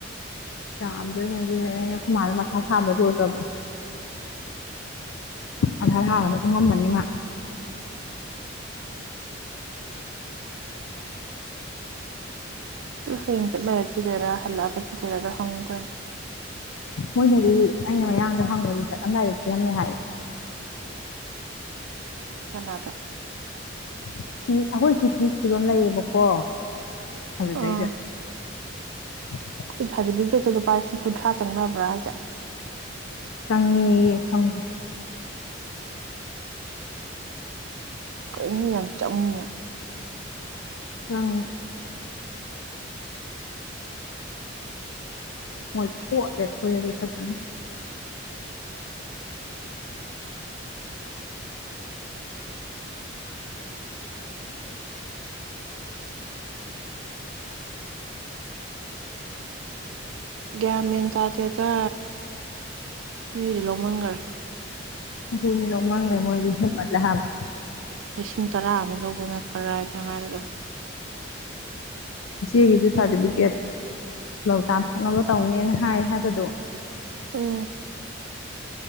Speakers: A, on the left; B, on the right.
A: ꯌꯥꯝꯗꯣꯏꯅꯦ ꯑꯗꯨꯅꯦ ꯑꯩꯅ ꯍꯃꯥꯗ ꯃꯊꯥ ꯊꯥꯕꯗ ꯂꯣꯗ꯭ꯔꯕ ꯃꯊꯥ ꯊꯥꯕꯗ ꯇꯣꯡꯉꯝꯕꯅꯤ ꯃꯥ
B: ꯍꯌꯦꯡ ꯆꯠꯂꯒ ꯊꯤꯗꯣꯏꯔꯥ ꯍꯜꯂꯛꯑꯒ ꯊꯤꯗꯣꯏꯔꯗ ꯍꯪꯉꯨꯀꯅꯦ
A: ꯃꯣꯏꯅꯗꯤ ꯑꯩꯅ ꯃꯌꯥꯡꯗ ꯍꯪꯕꯗꯤ ꯆꯠꯂꯝꯗꯥꯏꯗ ꯊꯤꯔꯝꯃꯦ ꯍꯥꯏꯌꯦ
B: ꯃꯌꯥꯡꯒꯅꯥꯗ
A: ꯐ ꯑꯩꯈꯣꯏꯁꯤ ꯐꯤꯁ ꯊꯤꯕꯝ ꯂꯩꯌꯦꯕꯀꯣ ꯑꯗꯨꯗ ꯆꯩꯩꯗ
B: ꯑꯥ
A: <unintelligible>
B: ꯁꯥꯔꯇꯤꯐꯤꯀꯦꯠꯁꯦ ꯂꯨꯄꯥ ꯂꯤꯁꯤꯡ ꯀꯨꯟꯊ꯭ꯔꯥ ꯆꯪꯅꯕ꯭ꯔꯥ ꯍꯥꯏꯁꯦ
A: ꯆꯪꯉꯌꯦ ꯈꯪꯗꯦ
B: ꯀꯔꯤꯅꯣ ꯌꯥꯝ ꯆꯪꯉꯤꯅ
A: ꯑ ꯃꯣꯏ ꯄꯣꯠꯂꯦ ꯈꯣꯏꯔꯒꯦ ꯐꯖꯅ
B: ꯒ꯭ꯌꯥ ꯃꯦꯟ ꯇꯥꯗꯦꯇꯥ ꯃꯤꯗꯨ ꯂꯧꯃꯟꯈꯔꯦ
A: ꯑꯗꯨꯅꯤ ꯅꯣ ꯃꯥꯡꯗꯣꯏ ꯃꯣꯏꯁꯨ ꯍꯦꯜꯃꯠꯂ ꯍꯥꯕ
B: ꯂꯤꯁꯤꯡ ꯇꯔꯥ ꯑꯃ ꯂꯧꯕ ꯅꯠꯇ ꯈ ꯔꯥꯏ ꯊꯧꯍꯥꯔꯒ
A: ꯏꯆꯦꯒꯤꯁꯨ ꯁꯥꯔꯇꯤꯐꯤꯀꯦꯠ ꯇꯥꯟꯊꯣꯛꯅꯕ ꯇꯧꯅꯦꯅ ꯍꯥꯏ ꯍꯥꯏꯕꯗꯣ
B: ꯑꯣ